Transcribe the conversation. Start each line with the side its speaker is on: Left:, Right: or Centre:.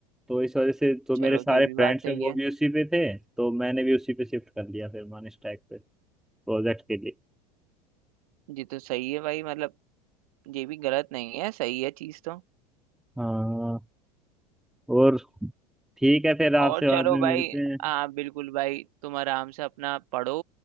Centre: तो इस वजह से तो
Right: चलो
Centre: मेरे सारे
Right: ये भी बात
Centre: फ्रेंड्स
Right: सही
Centre: हैं वो
Right: है
Centre: भी उसी पे थे तो मैंने भी उसी पे शिफ्ट कर लिया फिर मान स्टैक पे प्रोजेक्ट के लिए
Right: ये तो सही है भाई मतलब ये भी गलत नहीं है सही है चीज तो
Centre: हाँ और ठीक है फिर आपसे
Right: और
Centre: बाद
Right: चलो
Centre: में
Right: भाई
Centre: मिलते हैं
Right: हाँ बिल्कुल भाई तुम आराम से अपना पढ़ो